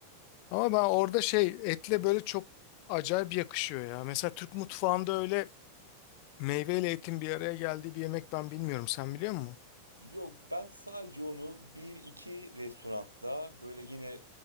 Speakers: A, on the left; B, on the right.
A: Ama ben orada şey etle böyle çok acayip yakışıyor ya. Mesela Türk mutfağında öyle meyveyle etin bir araya geldiği bir yemek ben bilmiyorum. Sen biliyor musun?
B: Yok ben sadece onu bir iki restoranda böyle yine